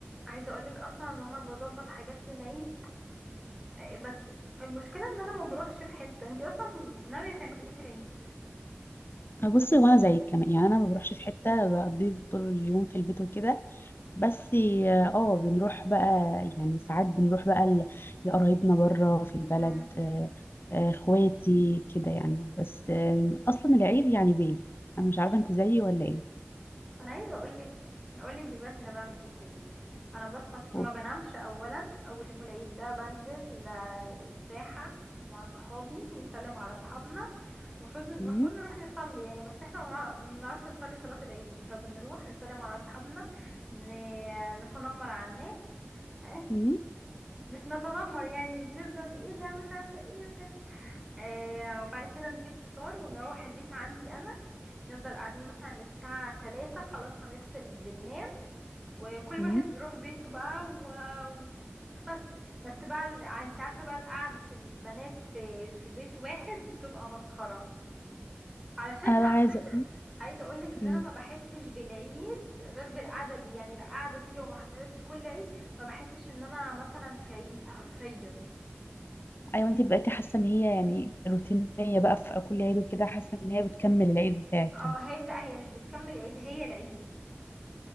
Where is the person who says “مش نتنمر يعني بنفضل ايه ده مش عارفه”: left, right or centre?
Centre